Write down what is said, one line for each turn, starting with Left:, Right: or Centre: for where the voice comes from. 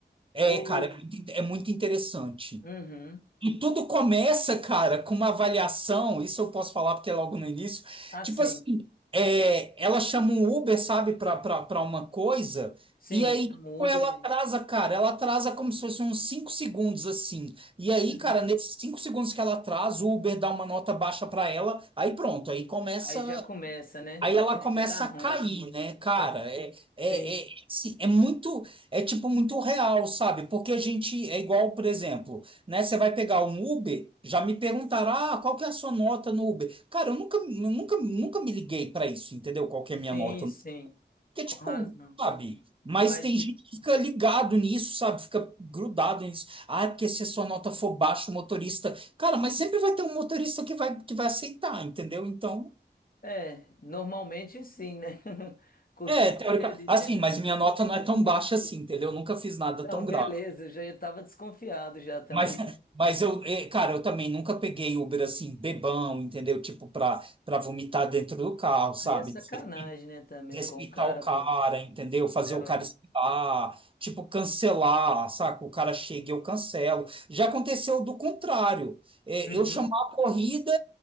Right: É,
Left: Ou,
Right: cara, é muito, in- é muito interessante.
Left: uhum.
Right: E tudo começa, cara, com uma avaliação. Isso eu posso falar porque é logo no início.
Left: Assim,
Right: Tipo assim, é, ela chama um Uber, sabe, pra, pra, pra uma coisa,
Left: sim,
Right: e aí
Left: sim, chama
Right: tipo,
Left: o Uber
Right: ela
Left: e
Right: atrasa,
Left: aí.
Right: cara. Ela atrasa como se fosse uns 5 segundos, assim. E aí,
Left: Uhum.
Right: cara, nesses 5 segundos que ela atrasa, o Uber dá uma nota baixa pra ela, aí pronto, aí começa.
Left: Aí já começa, né?
Right: Aí ela
Left: Aí
Right: começa
Left: já dá ruim.
Right: a cair, né, cara?
Left: <laughs>
Right: É, é,
Left: Sim,
Right: é, assim, é muito, é tipo muito real, sabe? Porque a gente é igual, por exemplo, né? Você vai pegar um Uber, já me perguntaram, ah, qual que é a sua nota no Uber? Cara, eu nunca, nunca, nunca me liguei pra isso, entendeu? Qual que é
Left: sim,
Right: a minha nota?
Left: sim,
Right: Porque,
Left: com
Right: tipo,
Left: razão.
Right: sabe? Mas
Left: Mas,
Right: tem gente que fica ligado nisso, sabe? Fica grudado nisso. Ah, porque se a sua nota for baixa, o motorista. Cara, mas sempre vai ter um motorista que vai, que vai aceitar, entendeu? Então.
Left: é, normalmente sim, né? <laughs> Costuma
Right: É, teórica.
Left: ter ali
Right: Assim,
Left: sempre
Right: mas
Left: um motorista
Right: minha nota
Left: que
Right: não é
Left: vai
Right: tão
Left: aceitar.
Right: baixa assim, entendeu? Eu nunca fiz nada
Left: Não,
Right: tão
Left: beleza,
Right: grave.
Left: eu já estava desconfiado já também.
Right: Mas, <laughs> mas eu, eh, cara, eu também nunca peguei Uber assim, bebão, entendeu? Tipo, pra, pra vomitar dentro do carro, sabe?
Left: Aí é sacanagem,
Right: Des-
Left: né, também
Right: Desrespeitar
Left: com o cara,
Right: o cara,
Left: pô.
Right: entendeu? Fazer
Left: É,
Right: o
Left: ué.
Right: cara esperar, tipo, cancelar, saca? O cara chega e eu cancelo. Já aconteceu do contrário. Eh,
Left: Uhum.
Right: eu chamar a corrida